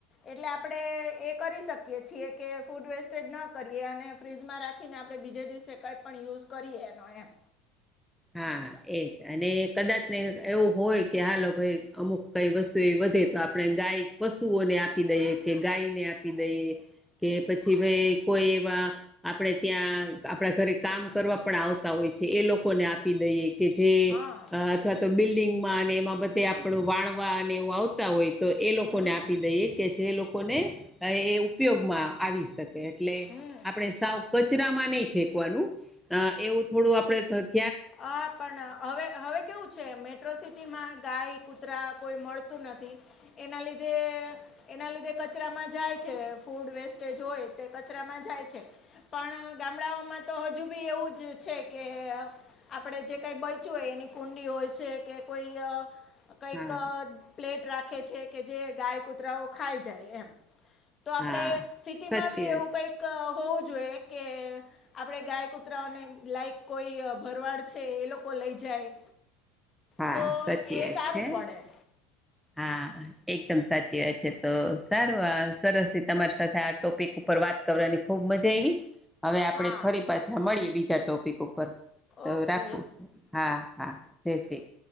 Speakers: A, on the left (about 35°); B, in the centre.
A: એટલે આપડે એ કરી શકીએ છીએ કે, ફૂડ વેસ્ટેજ ન કરીએ અને ફ્રીજમાં રાખી ખીને આપણે બીજે દિવસે કંઈ પણ યુઝ કરીએ એનો એમ.
B: હા, એજ અને કદાચ ને એવું હોય કે આ લોકોએ અમુક કઈ વસ્તુ એ વધે તો, આપણે ગાય પશુઓને આપી દઈએ કે ગાયને આપી દઈએ. કે પછી ભેં કોઈ એવા, આપણે ત્યાં, આપણા ઘરે કામ કરવા પણ આવતા હોય છે, એ લોક કોને આપી દઈએ કે જે
A: હા
B: અ અથવા તો બિલ્ડિંગમાં, અને એમાં બધે આપણું વાળવા અને એવું આવતા હોય. તો એ લોકોને
A: હમ
B: આપી દઈએ કે જે લોકોને અ એ ઉપયોગમાં આવી શકે. એટલે
A: હમ
B: આપણે સાવ કચરામાં નહી ફેંકવાનું, અ એવું થોડું આપડે ધ
A: અ પણ હવે, હવે કેવું છે, મેટ્રો સિટીમાં ગાય, કૂતરા કોઈ મળતું નથી, એના લીધે એના લીધે કચરામાં જાય છે, ફૂડ વેસ્ટેજ હોય તે કચરામાં જાય છે. પણ ગામડાઓમાં તો હજુ બી એવુંજ છે કે. આપણે જે કઈ બચ્યું હોય એની કુંડી હોય છે, કે કોઈઅ કંઈક
B: હા
A: પ્લેટ રાખે છે, કે જે ગાય, કુતરાઓ ખાઈ જાય એમ. તો આપડે
B: હા
A: સિટીમાં
B: સાચી
A: બી
B: વાત
A: એવું
B: છે
A: કઈક ક હોવું જોઈએ કે, આપણે ગાય, કુતરાઓને લાઈક કોઈ ભરવાડ છે એ લોકો લઈ જાય,
B: હા
A: તો
B: સાચી
A: એ
B: વાત
A: સારું
B: છે
A: પડે.
B: હા એકદમ સાચી વાત છે, તો સારું આ સરસ થી તમારી સાથે આ ટોપિક ઉપર વાત કરવાની ખુબ મજા આવી, હવે આપડે
A: હા
B: ફરી પાછા મળીએ બીજા ટોપિક ઉપર. તો
A: ઓકે
B: રાખું, હા હા, જય શ્રી,